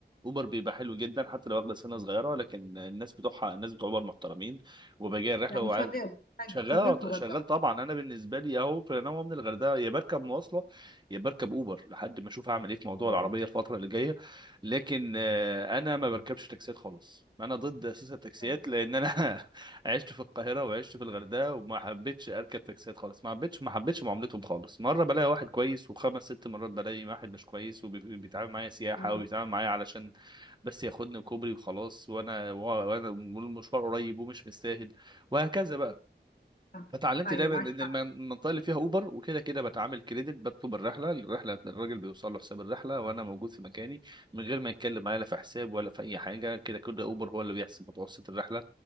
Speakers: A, on the right; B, on the left.
A: اوبر بيبقى حلو جدا حتى لو واخده سنه صغيره لكن الناس بتوعها الناس بتوع اوبر محترمين وبيجي الرحله
B: يعني شغال حلو
A: شغال
B: شغال في الغردقه
A: شغال طبعا انا بالنسبه لي اهو في انا من الغردقه يا بركب مواصله يا بركب اوبر لحد ما اشوف هعمل ايه في موضوع
B: اه
A: العربيه الفتره اللي جايه لكن آه، انا ما بركبش تاكسيات خالص انا ضد اساس التاكسيات
B: حلو.
A: لان انا <laughs> عشت في القاهره وعشت في الغردقه وما حبيتش اركب تاكسيات خالص ما حبيتش ما حبيتش معاملتهم خالص مره بلاقي واحد كويس وخمس ست مرات بلاقي واحد مش كويس وبيتعامل معايا سياحه
B: امم
A: وبيتعامل معايا علشان بس ياخدني كوبري وخلاص وانا وانا والمشوار قريب ومش مستاهل وهكذا بقى
B: صح.
A: فتعلمت
B: ايوه
A: دايما
B: معاك
A: ان الم-
B: حق
A: المنطقه اللي فيها اوبر وكده كده بتعامل كريدت بطلب الرحله الرحله الراجل بيوصل له حساب الرحله وانا موجود في مكاني من غير ما يتكلم معايا لا في حساب ولا في اي حاجه كده كده اوبر هو اللي بيحسب متوسط الرحله